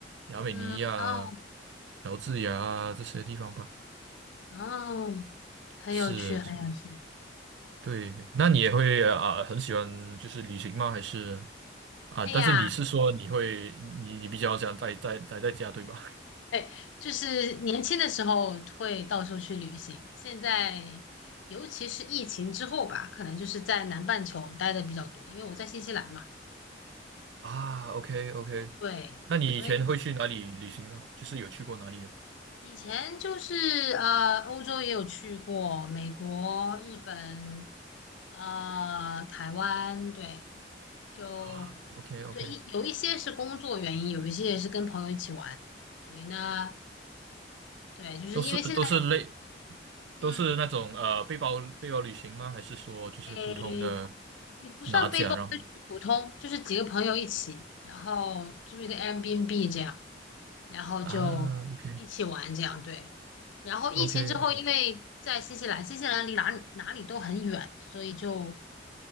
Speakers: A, on the right (about 70°); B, on the left (about 80°).
A: 亚美尼亚、
B: 嗯，哦
A: 乔治亚啊这些地方吧。
B: 哦，很有趣，
A: 是，
B: 很有趣。
A: 是对对。那你也会啊、很喜欢就是旅行吗？还是啊、
B: 哎呀，
A: 但是你是说你会你你比较想待在待在家对吧？
B: 哎，就是年轻的时候会到处去旅行，现在尤其是疫情之后吧，可能就是在南半球待的比较多，因为我在新西兰嘛。
A: 啊，OK OK，
B: 对，
A: 那你以前会去哪里旅行呢？
B: 所以
A: 就是有去过哪里啊？
B: 以前就是呃，欧洲也有去过，美国、日本，呃，台湾，对，就
A: 啊，OK OK，
B: 对，一有一些是工作原因，有一些也是跟朋友一起玩，所以呢，对，就是因为现在，
A: 都是都是类
B: 嗯，
A: 都是那种呃背包背包旅行吗？还是说就是普通的
B: 诶，也不算背包，
A: 拿奖然后
B: 就是普通，就是几个朋友一起，然后租一个 Airbnb 这样，然后就一起玩这样，
A: 啊，OK
B: 对。然后疫情之后，
A: OK OK，
B: 因为在新西兰，新西兰离哪里哪里都很远，所以就